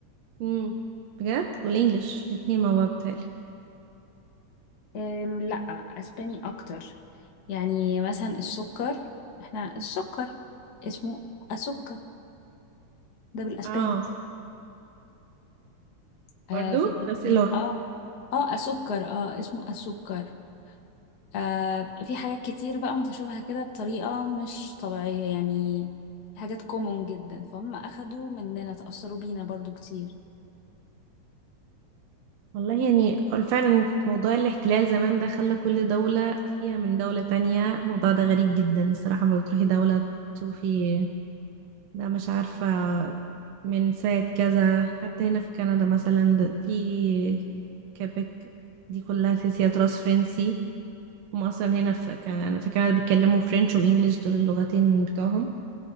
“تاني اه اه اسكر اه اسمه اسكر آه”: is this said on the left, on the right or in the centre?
Left